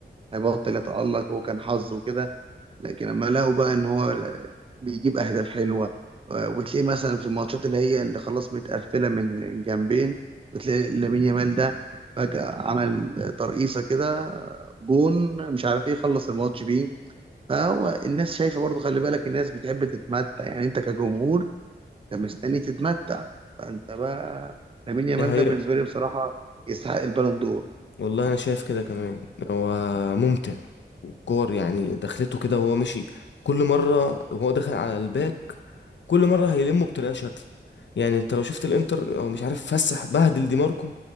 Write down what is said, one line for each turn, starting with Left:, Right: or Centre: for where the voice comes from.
Right: هيبطل يتألق وكان حظه كده لكن لما لقوا بقى ان هو بيجيب اهداف حلوه آه، وتلاقيه مثلا في الماتشات اللي هي اللي خلاص متقفله من جنبين بتلاقي لامين يامال ده فجاه عمل ترقيصه كده آه، جون مش عارف ايه خلص الماتش بيه فهو الناس شايفه برضه خلي بالك الناس بتحب تتمتع يعني انت كجمهور انت مستني تتمتع فانت بقى لامين يامال
Left: ده حقيقة
Right: ده بالنسبه لي بصراحه يستحق البالون دور
Left: والله انا شايف كده كمان هو ممتع وكور يعني دخلته كده وهو ماشي كل مره وهو داخل على الباك كل مره هيلمه بطريقه شكل يعني انت لو شفت الانتر هو مش عارف فسح بهدل دي ماركو